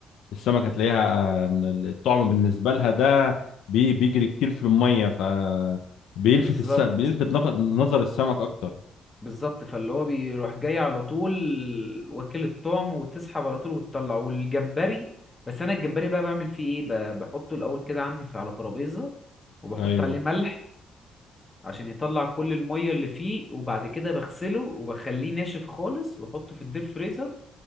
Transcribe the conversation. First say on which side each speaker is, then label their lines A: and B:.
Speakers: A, on the left (about 80°); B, on the left (about 20°).
A: السمكه تلاقيها آه، الطعم بالنسبه لها ده بي- بيجري كتير في الميه ف بيلفت
B: بالظبط
A: الس... بيلفت نف- نظر السمك اكتر
B: بالظبط فاللي هو بيروح جاي على طول واكل الطعم وتسحب على طول وتطلع والجمبري بس انا الجمبري بقى بعمل فيه ايه ب... بحطه الاول كده عندي في على ترابيزه وبحط
A: ايوه
B: عليه ملح عشان يطلع كل الميه اللي فيه وبعد كده بغسله وبخليه ناشف خالص واحطه في الدير فريزر